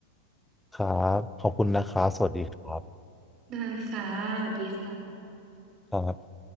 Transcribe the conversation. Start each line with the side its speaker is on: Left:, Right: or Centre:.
Centre: ครับขอบคุณนะครับสวัสดีครับ
Right: ได้ค่ะสวัสดีค่ะ
Centre: ครับ